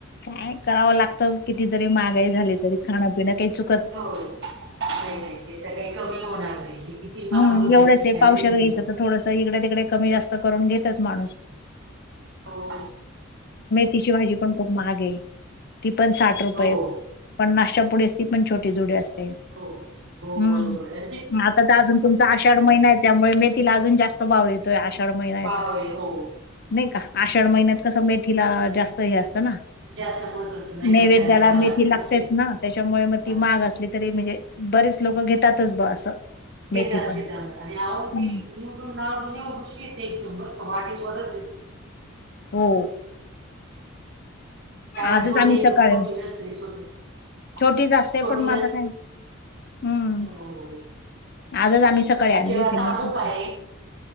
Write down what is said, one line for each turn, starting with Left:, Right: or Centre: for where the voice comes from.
Left: काय करावं लागतं किती जरी महागाई झाली तरी खाणपिनं काही चुक
Right: हो नाही नाही ते तर काही कमी होणार नाही. किती महाग
Left: हम्म
Right: होऊ दया
Left: एवढंच
Right: तर
Left: आहे
Right: काय
Left: पावशेर
Right: दे्या
Left: घ्यायचं तर थोडंसं इकडे तिकडे कमी जास्त करून घेतच माणूस
Right: हो
Left: तिची भाजी पण खूप महखगे आहे ती पण साठ रुपये
Right: हो हो
Left: पन्नाशाच्या पुढे ती पण छोटे जुडी असते.
Right: हो हो
Left: हम्म
Right: बरोबर आहे
Left: आता तर अजून तुमचा आषाढ महिना आहे त्यामुळे मेथीला अजून जास्त भाव येतो. तो आषाढ महिना
Right: भाव
Left: येत
Right: आहे हो
Left: नाही का आषाढ
Right: बरोबर
Left: महिन्यात
Right: आहे
Left: कसं मेथीला जास्त हे असतं ना
Right: जास्त महत्व असतं नाही
Left: नैवेद्याला
Right: बचायला द्यावं
Left: मेथी
Right: लागते
Left: ती लागतेच
Right: ते
Left: ना त्याच्यामुळे मग
Right: लागते
Left: ती माग असली तरी म्हणजे बरेच लोकं घेतातच ब असं
Right: घेतताच
Left: मेथी पण.
Right: घेता आणि आवी
Left: हम्म.
Right: निवडूनए झ येते एकदम बर क वाटे बरच येते
Left: हो
Right: काही
Left: आजच
Right: जुडी
Left: आम्ही
Right: एकदम
Left: सकाळी
Right: मोठी नसते छोट छोटी
Left: छोटीच असते पण मग आता काय हम्म.
Right: हो
Left: आजच आम्ही सकाळी
Right: पण
Left: आणली
Right: जेव्हा
Left: होती
Right: सांगू
Left: मेथीची
Right: काय